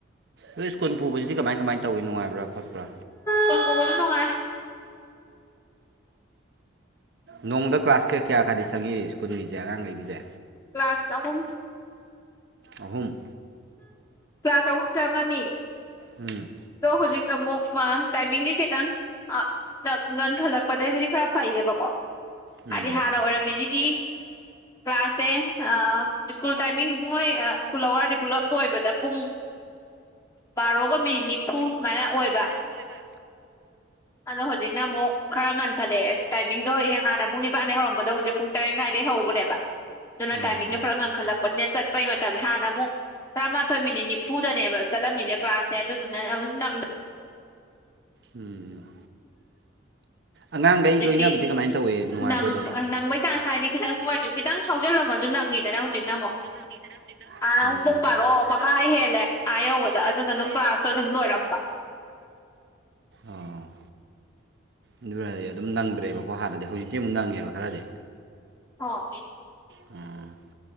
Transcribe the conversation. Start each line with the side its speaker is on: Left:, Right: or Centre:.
Right: ꯑꯗ ꯁ꯭ꯀꯨꯜ ꯄꯨꯁꯤꯕꯁꯤꯗꯤ ꯀꯃꯥꯏ ꯀꯃꯥꯏ ꯇꯧꯏ ꯅꯨꯡꯉꯥꯏꯕ꯭ꯔ ꯈꯣꯠꯄ꯭ꯔꯥ
Left: ꯀ ꯀꯣꯜꯅꯅꯨꯡꯉꯥꯏ
Right: ꯅꯣꯡꯃꯗ ꯀ꯭ꯂꯥꯁ ꯀꯌꯥ ꯀꯌꯥ ꯈꯔꯗꯤ ꯆꯪꯏ ꯁ꯭ꯀꯨꯜꯒꯤꯁꯦ ꯑꯉꯥꯡꯈꯩꯒꯤꯁꯦ
Left: ꯀ꯭ꯂꯥꯁ ꯑꯍꯨꯝ
Right: ꯑꯍꯨꯝ
Left: ꯀ꯭ꯂꯥꯁ ꯑꯍꯨꯝ ꯆꯪꯉꯅꯤ
Right: ꯎꯝ
Left: ꯑꯗꯣ ꯍꯧꯖꯤꯛꯀ ꯑꯃꯨꯛꯃ ꯇꯥꯏꯃꯤꯡꯗꯤ ꯈꯤꯇꯪ ꯑꯥ ꯉꯟꯈꯠꯂꯛꯄꯗꯒꯤꯩꯕꯨꯗꯤ ꯈꯔ ꯐꯩꯌꯦꯕꯀꯣ
Right: ꯎꯝ
Left: ꯍꯥꯏꯗꯤ ꯍꯥꯟꯅ ꯑꯣꯏꯔꯝꯃꯤꯁꯤꯗꯤ ꯀ꯭ꯂꯥꯁꯦ ꯁ꯭ꯀꯨꯜ ꯇꯥꯏꯃꯤꯡ ꯃꯣꯏ ꯁ꯭ꯀꯨꯜ ꯑꯋꯥꯔꯁꯦ ꯄꯨꯂꯞ ꯑꯣꯏꯕꯗ ꯄꯨꯡ ꯕꯥꯔꯣꯒ ꯃꯤꯅꯤꯠ
Right: ꯕꯥꯔꯣꯒ ꯃꯤꯠ
Left: ꯁꯨꯃꯥꯏꯅ
Right: ꯅꯤꯐꯨ
Left: ꯑꯣꯏꯕ
Right: ꯁꯨꯃꯥꯏꯅ ꯑꯣꯏꯕ
Left: ꯑꯗꯣ ꯍꯧꯖꯤꯛꯅ ꯈꯔ ꯉꯟꯊꯠꯂꯛꯑꯦ ꯇꯥꯏꯃꯤꯡꯗꯣ ꯍꯌꯦꯡ ꯍꯥꯟꯅ ꯄꯨꯡ ꯅꯤꯄꯥꯟꯗꯒꯤꯩ ꯍꯧꯔꯝꯕꯗꯣ ꯍꯧꯖꯤꯛ ꯄꯨꯡ ꯇꯔꯦꯠ ꯃꯈꯥꯏꯗꯩ ꯍꯧꯈ꯭ꯔꯦꯕ ꯑꯗꯨꯅ
Right: ꯑꯣ
Left: ꯇꯥꯏꯃꯤꯡꯗꯣ ꯈꯔ ꯉꯟꯈꯠꯂꯛꯄꯅꯤꯅ ꯆꯠꯄꯩ ꯃꯇꯝ ꯍꯥꯟꯅ ꯑꯃꯨꯛ ꯇꯔꯥꯃꯥꯊꯣꯏ ꯃꯤꯅꯤꯠ ꯅꯤꯐꯨꯗꯅꯦꯕ ꯆꯠꯂꯝꯃꯤꯅꯦꯦ ꯀ꯭ꯂꯥꯁꯁꯦ ꯑꯗꯨꯗꯨꯅ ꯑꯗꯨꯝ ꯅꯪ
Right: ꯎꯝ ꯑꯉꯥꯡꯈꯩ ꯂꯣꯏꯅꯕꯗꯤ
Left: ꯗꯤ
Right: ꯀꯃꯥꯏꯅ ꯇꯧꯏ ꯅꯨꯡꯉꯥꯏꯕ꯭ꯔꯥ
Left: ꯅꯪ
Right: ꯑꯗꯨꯝ
Left: ꯅꯪꯕꯩ ꯆꯥ ꯍꯥꯏꯗꯤ ꯈꯤꯇꯪ ꯄꯣꯏꯁꯨ ꯈꯤꯇꯪ ꯍꯥꯎꯖꯤꯜꯂꯝꯃꯁꯨ ꯅꯪꯉꯤꯗꯅ ꯍꯧꯖꯤꯛꯅ ꯑꯃꯨꯛ
Right: ꯅꯪꯉꯤꯗꯅ ꯍꯧꯖꯤꯛ ꯅꯪ
Left: ꯑꯥꯅ ꯑꯃꯨꯛ ꯄꯨꯡ ꯕꯥꯔꯣ
Right: ꯅꯥꯔꯛꯑꯣ
Left: ꯃꯈꯥꯏ ꯍꯦꯜꯂꯦ ꯑꯥ ꯌꯧꯕꯗ
Right: ꯍꯦꯜꯂꯦ
Left: ꯑꯗꯨꯅ ꯑꯗꯨꯝ
Right: ꯍꯥꯏꯥ
Left: ꯀ꯭ꯂꯥꯁꯇꯣ
Right: ꯌꯧꯕꯗꯣ ꯑꯗꯨꯅ
Left: ꯑꯗꯨꯝ ꯂꯣꯏꯔꯝꯕ
Right: ꯑꯣ ꯑꯗꯨꯔꯗꯤ ꯑꯗꯨꯝ ꯅꯪꯗ꯭ꯔꯦꯕꯀꯣ ꯍꯥꯟꯅꯗꯤ ꯍꯧꯖꯤꯛꯇꯤ ꯑꯃꯨꯛ ꯅꯪꯉꯦꯕ ꯈꯔꯗꯤ
Left: ꯑꯣ
Right: ꯎꯝ